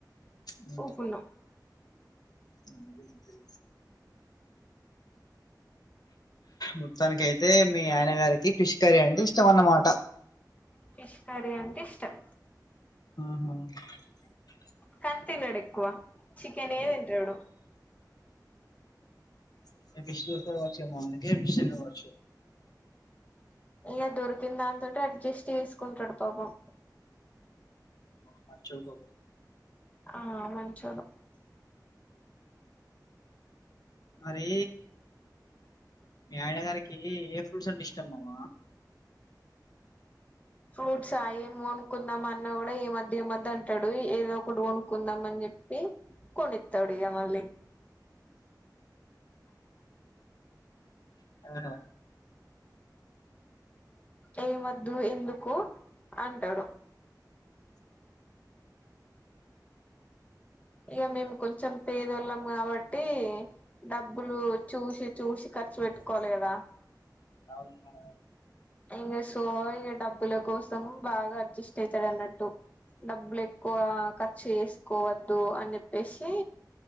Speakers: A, on the left; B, on the left.
A: ఉమ్,
B: ఉకున్నాం
A: అంతే అంతే మొత్తానికి అయితే మీ ఆయన గారికి ఫిష్ కర్రీ అంటే ఇష్టం అన్నమాట
B: ఫిష్ కర్రీ అంటే ఇష్టం
A: ఆహా <unintelligible>
B: కానీ తినడు ఎక్కువ చికెనే తింటాడు
A: ఇగా ఫిష్ దొరకదు కావచ్చు మావోనికి <unintelligible>
B: ఇగ దొరికిన దాంతోటె అడ్జస్ట్ చేసుకుంటడు పాపం.
A: మంచోడు పాపం
B: ఆ మంచోడు
A: మరి మీ ఆయన గారికి ఏ ఫ్రూట్స్ అంటే ఇష్టం మామ
B: ఫ్రూట్స్ ఆ ఏం కోనుకుందాం అన్నా కూడా ఏమొద్దు ఏమొద్దు అంటాడు ఏదో ఒకటి కొనుక్కుందాం అని చెప్పి కొనిత్తాడు ఇగ మళ్లీ
A: ఆహా
B: ఏమొద్దు ఎందుకు అంటడు ఇగా మేము కొంచెం పేదోళ్ళం కాబట్టి డబ్బులు చూసి చూసి ఖర్చు పెట్టుకోవాలి కదా
A: అవునా
B: ఇంగ సో ఇగ డబ్బుల కోసం బాగా అడ్జస్ట్ అయితడు అన్నట్టు డబ్బులు ఎ ఎక్కువ ఖర్చు చేస్ కోవద్దు అని చెప్పేషి